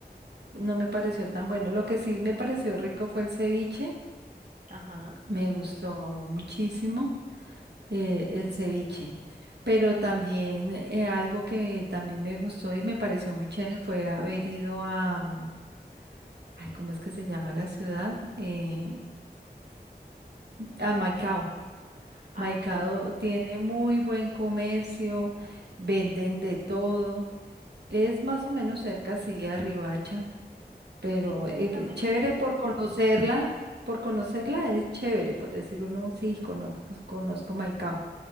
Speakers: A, on the right (about 85°); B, on the right (about 50°).
A: No me pareció tan bueno. Lo que sí me pareció rico fue el ceviche.
B: Ajá.
A: Me gustó muchísimo eh, el ceviche. Pero también eh, algo que también me gustó y me pareció muy chévere fue haber ido a, mm, ay, ¿cómo es que se llama la ciudad? Eh, a Maicao.
B: Ah,
A: Maicado
B: sí.
A: tiene muy buen comercio, venden de todo. Es más o menos cerca, sí, a Riohacha, pero
B: Sí, pero
A: eh,
B: también
A: ve- chévere
B: se me hace.
A: por conocerla, por conocerla es chévere, por decir uno, sí, conozco, conozco Maicao.